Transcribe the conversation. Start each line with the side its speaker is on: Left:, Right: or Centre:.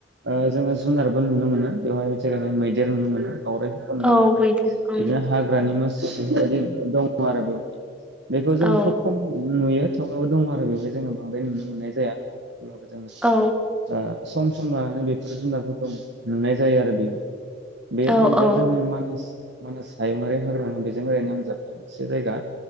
Right: ओ जोङो जुनारबो नुनो मोनो बेवहाय जेरैहाय मैदेर नुनो मोनो दावरायफोरखौ नुनो
Centre: औ
Right: मोनो
Centre: मैदेर उम
Right: बिदिनो हाग्रानि मो सा दं आरो बेयाव बेखौ जोङो
Centre: औ
Right: खोब खम नुयो थावब्लाबो दं आरो बेवहाय जोङो बांद्राय नुनो मोननाय जाया होमब्लासो जों
Centre: औ
Right: ओ सम सम लानानै बेफोर जुनारफोरखौ नुनाय जायो आरो बे बे
Centre: औ
Right: ओरैजा
Centre: औ
Right: जोंनि मानास मानास हायुङारि हाग्रा बेजों ओरै नांजाबनाय मोनसे जायगा